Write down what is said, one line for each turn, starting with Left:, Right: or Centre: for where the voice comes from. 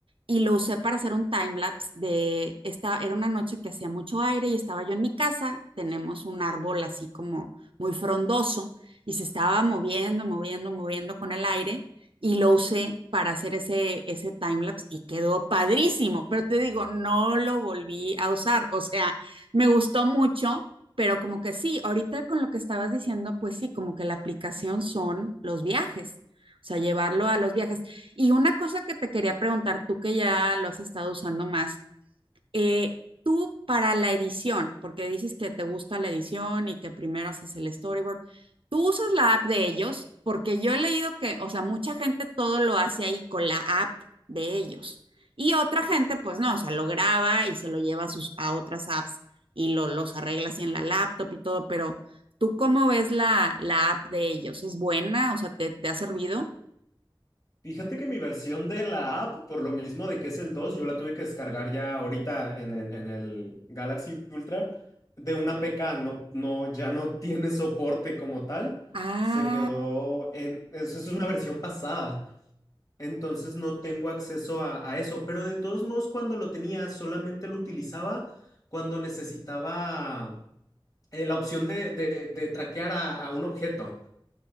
Right: y lo usé para hacer un time lapse de esta, era una noche que hacía mucho aire y estaba yo en mi casa, tenemos un árbol así como muy frondoso y se estaba moviendo, moviendo, moviendo con el aire y lo usé para hacer ese ese time lapse y quedó padrísimo, pero te digo, no lo volví a usar, o sea, me gustó mucho, pero como que sí, ahorita con lo que estabas diciendo, pues sí, como que la aplicación son los viajes. O sea, llevarlo a los viajes. Y una cosa que te quería preguntar, tú que ya lo has estado usando más, eh, tú para la edición, porque dices que te gusta la edición y que primero haces el storyboard, ¿tú usas la app de ellos? Porque yo he leído que, o sea, mucha gente todo lo hace ahí con la app de ellos. Y otra gente, pues no, o sea, lo graba y se lo lleva a, sus, a otras apps y lo, los arregla así en la laptop y todo, pero ¿tú cómo ves la, la app de ellos? ¿Es buena? O sea, ¿te, te ha servido?
Left: Fíjate que mi versión de la app, por lo mismo de que es el 2, yo la tuve que descargar ya ahorita en, el en el Galaxy Ultra de una APK, no, no, ya no <laughs> tiene soporte como tal,
Right: Ah,
Left: se quedó en, es, es una versión pasada, entonces no tengo acceso a, a eso, pero de todos modos cuando lo tenía solamente lo utilizaba cuando necesitaba eh, la opción de, de- de traquear a a un objeto.